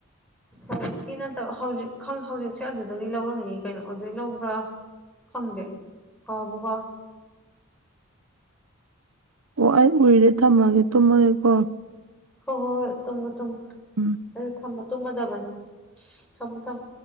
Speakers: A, in the centre; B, on the right.
A: ꯍꯧꯖꯤꯛꯀꯤ ꯅꯠꯇꯕ ꯍꯧꯖꯤꯛ ꯍꯧꯖꯤꯛꯁꯦ ꯑꯗꯨꯗꯒꯤ ꯂꯧꯔꯝꯅꯤ ꯀꯩꯅꯣ ꯑꯗꯨꯏ ꯂꯧꯕ꯭ꯔꯥ ꯈꯪꯗꯦ ꯀꯀꯥ ꯀꯥꯔ
B: <inaudible> <unintelligible> ꯑꯣ ꯑꯩ ꯎꯏꯔꯦ ꯊꯝꯃꯒꯦ ꯇꯨꯝꯃꯒꯦꯀꯣ
A: ꯍꯣꯏ ꯍꯣꯏ ꯍꯣꯏ ꯇꯨꯝꯃꯨ ꯇꯨꯝꯃꯨ
B: ꯎꯝ
A: ꯑꯩ ꯊꯝꯃ ꯇꯨꯝꯃꯗꯕꯅꯤ ꯊꯝꯃꯣ ꯊꯝꯃꯣ